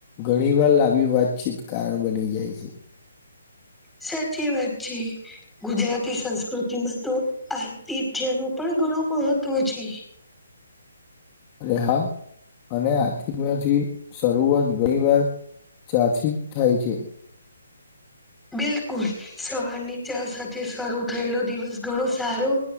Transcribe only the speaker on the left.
ઘણી વાર લાંભી વાતચીત કારણ બની જાય છે.
રહા અને <unintelligible> થી શરૂઆત ગણી વાર ચા થી જ થાય છે.